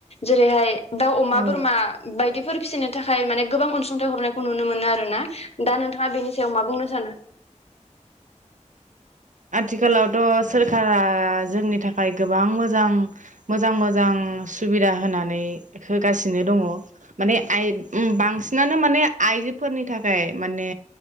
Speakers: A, on the left; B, on the right.
A: जेरैहाय दाउ अमा
B: औ
A: बोरमा बायदि फोर फिसिनो थाखाय माने गोबां अनसुंथाइ हरनायखौ नुनो मोनो आरो ना। दा नोंथाङा बेनि सायाव मा बुंनो सानो?
B: आथिखालाव थ' सोरखारा जोंनि थाखाय गोबां मोजां मोजां मोजां सुबिदा होनानै होगासिनो दङ। माने आइ उम बांसिनानो माने आइजोफोरनि थाखाय माने